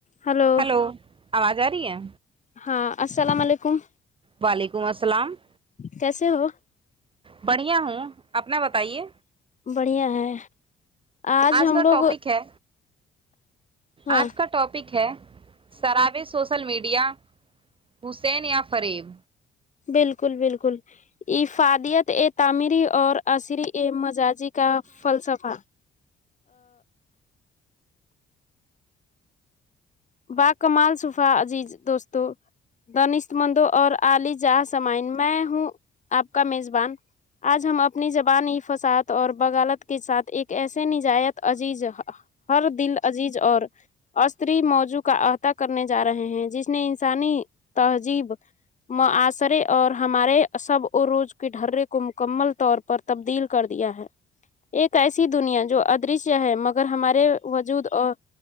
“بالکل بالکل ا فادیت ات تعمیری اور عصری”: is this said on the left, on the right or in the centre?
Left